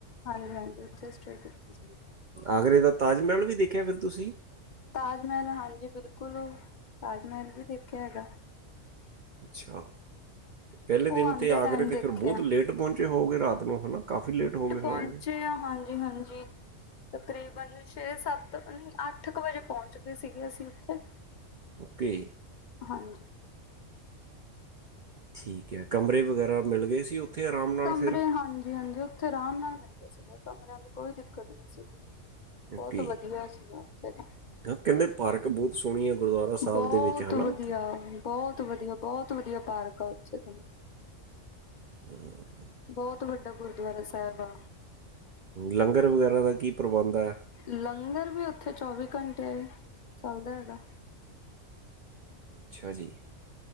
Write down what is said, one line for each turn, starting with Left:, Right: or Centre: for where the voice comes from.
Left: ਹਾਂਜੀ ਹਾਂਜੀ ਉੱਥੇ ਸਟੇਅ ਕੀਤੀ ਸੀਗੀ।
Right: ਆਗਰੇ ਦਾ ਤਾਜ ਮਹਿਲ ਵੀ ਦੇਖਿਆ ਫਿਰ ਤੁਸੀਂ।
Left: ਤਾਜ ਮਹਿਲ ਹਾਂਜੀ ਬਿਲਕੁਲ ਤਾਜ ਮਹਿਲ ਵੀ ਦੇਖਿਆ ਹੈਗਾ।
Right: ਅੱਛਾ। ਪਹਿਲੇ
Left: ਉਹ
Right: ਦਿਨ
Left: ਆਉਂਦੇ
Right: ਤੇ ਆਗਰੇ
Left: ਟਾਈਮ
Right: ਤੇ
Left: ਦੇਖਿਆ
Right: ਫਿਰ ਬਹੁਤ ਲੇਟ ਪਹੁੰਚੇ ਹੋਗੇ ਰਾਤ ਨੂੰ ਹਨਾ, ਕਾਫੀ ਲੇਟ ਹੋ ਗਏ।
Left: ਪਹੁੰਚੇ
Right: ਹੋਵੋਗੇ
Left: ਆ ਹਾਂਜੀ ਹਾਂਜੀ। ਤਕਰੀਬਨ ਛੇ ਸੱਤ ਨਹੀਂ ਅੱਠ ਕੁ ਵਜੇ ਪਹੁੰਚ ਗਏ ਸੀਗੇ ਅਸੀਂ ਉੱਥੇ।
Right: ਓਕੇ।
Left: ਹਾਂਜੀ।
Right: ਠੀਕ ਹੈ ਕਮਰੇ ਵਗੈਰਾ ਮਿਲ ਗਏ ਸੀ। ਉੱਥੇ ਆਰਾਮ ਨਾਲ
Left: ਕਮਰੇ
Right: ਫਿਰ
Left: ਹਾਂਜੀ ਹਾਂਜੀ। ਉੱਥੇ ਆਰਾਮ ਨਾਲ ਪੈਂਦੇ ਸੀਗੇ, ਕਮਰਿਆਂ ਦੀ ਕੋਈ ਦਿੱਕਤ ਨਹੀਂ ਸੀਗੀ।
Right: ਓਕੇ
Left: ਬਹੁਤ ਵਧੀਆ ਸੀਗਾ ਉੱਥੇ ਤਾਂ।
Right: ਕਹਿੰਦੇ ਪਾਰਕ ਬਹੁਤ ਸੋਹਣੀ ਹੈ, ਗੁਰਦੁਆਰਾ ਸਾਹਿਬ
Left: ਬਹੁਤ
Right: ਦੇ ਵਿੱਚ ਹਨਾ।
Left: ਵਧੀਆ ਬਹੁਤ ਵਧੀਆ ਬਹੁਤ ਵਧੀਆ ਪਾਰਕ ਆ ਉੱਥੇ ਤਾਂ।
Right: ਹੂੰ।
Left: ਬਹੁਤ ਵੱਡਾ ਗੁਰਦੁਆਰਾ। ਗੁਰਦੁਆਰਾ ਸਾਹਿਬ ਹੈ।
Right: ਲੰਗਰ ਵਗੈਰਾ ਦਾ ਕੀ ਪ੍ਰਬੰਧ ਹੈ।
Left: ਲੰਗਰ ਵੀ ਉੱਥੇ ਚੌਵੀ ਘੰਟੇ ਚੱਲਦਾ ਹੈਗਾ।
Right: ਅੱਛਾ ਜੀ।